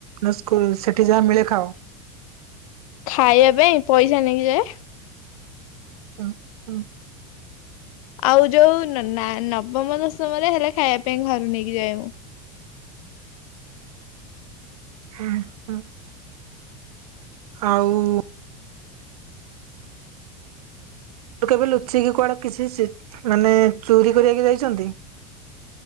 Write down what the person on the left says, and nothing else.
ଖାଇବା ପାଇଁ ପଇସା ନେଇକି ଯାଏ।
ଆଉ ଯୋଉ ନା ନବମ ଦଶମରେ ହେଲେ ଖାଇବା ପାଇଁ ଘରୁ ନେଇକି ଯାଏ ମୁଁ।